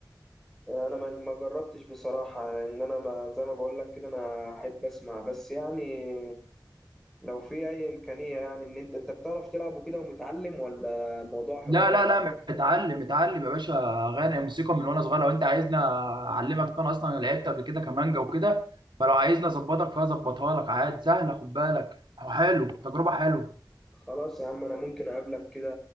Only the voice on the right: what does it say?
لا
لا لا متعلم متعلم يا باشا غنى موسيقى من وانا صغير لو انت عايزنا اعلمك انا اصلا لعبت قبل كده كمانجا وكده فلو عايزني اظبطك فيها اظبطها لك عادي سهله خد بالك حلو تجربه حلوه